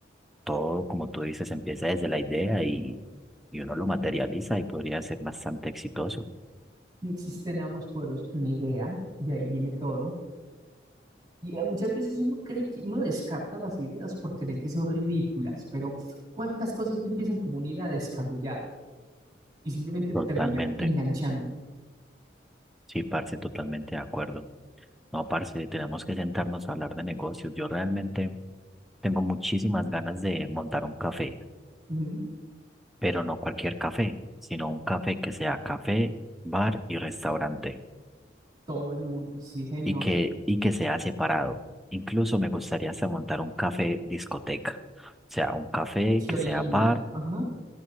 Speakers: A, in the centre; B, on the right.
A: todo, como tú dices, empieza desde la idea y, y uno lo materializa y podría ser bastante exitoso.
B: No existe nada más poderoso que una idea, de ahí viene todo. Y eh, muchas veces uno cree que uno descarta las ideas por creer que son ridículas, pero ¿cuántas cosas no empiezan como una idea descabellada y simplemente
A: Totalmente,
B: termina enganchando?
A: sí, parce, totalmente de acuerdo. No, parce, tenemos que sentarnos a hablar de negocios. Yo realmente tengo muchísimas ganas de montar un café.
B: Ujú,
A: pero no cualquier café, sino un café que sea café, bar y restaurante,
B: Todo en uno, sí, señor.
A: y que, y que sea separado. Incluso me gustaría hasta montar un café discoteca, o sea, un café
B: Qué
A: que
B: original.
A: sea bar,
B: Ajá.